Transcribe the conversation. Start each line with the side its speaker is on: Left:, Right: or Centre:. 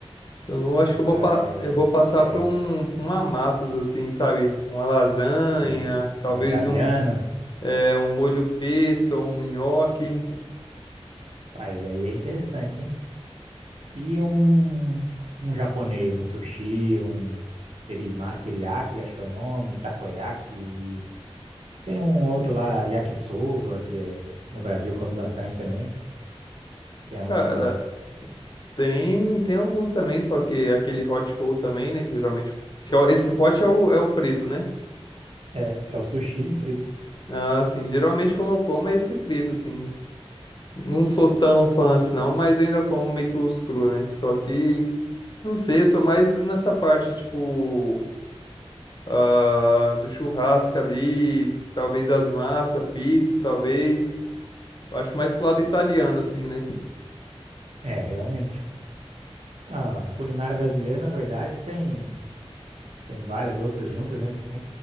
Left: Então, eu acho
Right: Mas,
Left: que eu vou, pa- eu vou passar
Right: é.
Left: pra um, pra uma massas assim, sabe? Uma lasanha,
Right: Um,
Left: talvez
Right: um italiano,
Left: um, é, um molho pesto ou um nhoque.
Right: rapaz, aí é interessante, hein? E um, um japonês, um sushi, um terima, teriyaki, acho que é o nome, takoyaki. Tem um outro lá, yakisoba, que é, no Brasil come bastante também. Tem alguma.
Left: Cara, tem, tem alguns também, só que aquele hot roll também, né? Que geralmente. acho que é o- Esse hot é o, é o frito, né?
Right: É, é o sushi frito.
Left: Ah, sim. Geralmente quando eu como é esse frito, assim. Não sou tão fã assim, não, mas eu ainda como meio que os cru, né? Só que, não sei, eu sou mais nessa parte, tipo, ah, do churrasco ali, talvez das massas, pizza, talvez. Eu acho mais pro lado italiano, assim, né?
Right: É, realmente. A culinária brasileira, na verdade, tem, tem várias outras juntas, né? Tipo,